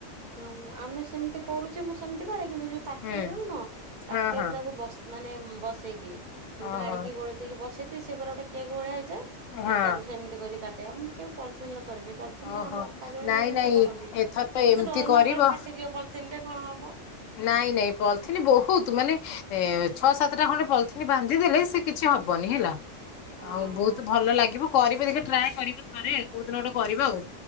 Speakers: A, on the right (about 45°); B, on the left (about 90°).
A: ହଁ ଆମେ ସେମତି କରୁଚେ ମୁଁ ସେମିତି କରେ, କିନ୍ତୁ ଯୋଉ ତାଟିଆରେ
B: ହୁଁ
A: ନୁହଁ ତାଟିଆରେ
B: ହଁ ହଁ
A: ତାକୁ ବସି ମାନେ ବସେଇ ଦିଏ। ସବୁ
B: ଓହୋ
A: ଢାଳିକି ଗୋଳେଇ ଦେଇକି ବସେଇ ଦିଏ, ସିଏ ପୁରା ଗୋଟେ କେକ୍ ଭଳିଆ ହେଇଯାଏ,
B: ହଁ
A: ଆଉ ତାକୁ ସେମିତି କରି କାଟେ। ଆଉ ମୁଁ କେବେ ପଲଥିନ ରେ କରିନି। ପଲିଥିନରେ
B: ଓହୋ
A: ଆମ ଅପା ଜଣେ
B: ନାଇଁ
A: ଯିଏ ସେମତି
B: ନାଇଁ
A: କରନ୍ତି,
B: ଏଥର
A: ମତେ
B: ଏମିତି
A: ଡର
B: କରିବ
A: ଲାଗେ କାଳେ ଫାଟିଯିବ ପଲଥିନ୍ ଟେ କଣ ହବ?
B: ନାଇଁ ନାଇଁ ପଲଥିନି ବହୁତ ମାନେ ଏ ଛଅ ସାତଟା ଖଣ୍ଡେ ପଲିଥିନ ବାନ୍ଧି ଦେଲେ ସେ କିଛି ହବନି ହେଲା।
A: ଓହୋ
B: ଆଉ ବହୁତ ଭଲ ଲାଗିବ କରିବେ ଦେଖିବେ ଟ୍ରାଏ କରିବେ ଥରେ ଆଉ। କୋଉଦିନ ଗୋଟେ କରିବ ଆଉ।